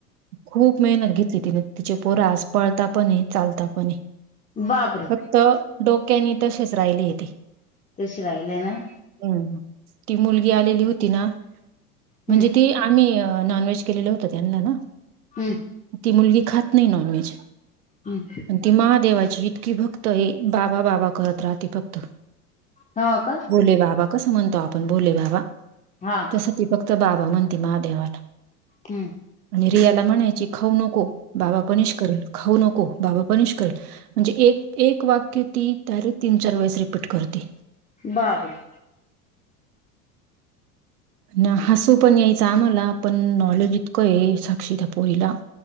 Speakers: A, on the right; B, on the left.
A: खूप मेहनत घेतली तिने, तिचे पोरास पळता पण, चालता पण
B: बापरे!
A: फक्त डोक्यानी तशेच राहिले येते.
B: तसे राहिले ना.
A: हम्! ती मुलगी आलेली होती ना, म्हणजे
B: हम्म
A: ती आम्ही नॉनव्हेज केलं होत त्यांना ना,
B: हम्म
A: ती मुलगी खात नाही नॉनव्हेज.
B: अच्छा!
A: ती महादेवाची इतकी फक्त ए बाबा बाबा करत राहते फक्त
B: हा का.
A: भोले बाबा! कसं म्हणतो आपण भोले बाबा!
B: हा.
A: तसं ती फक्त बाबा म्हणते महादेवाला.
B: हम्म!
A: आणि रियाला म्हणायची खाऊ नको बाबा पनिश करेल, खाऊ नको बाबा पनिश करेल, म्हणजे एक एक वाक्य ती तर तीन चार वेळेस रिपीट करते‌.
B: बाप रे!
A: न हसू पण यायचं आम्हाला पण नॉलेज इतकं आहे. साक्षीद पोरीला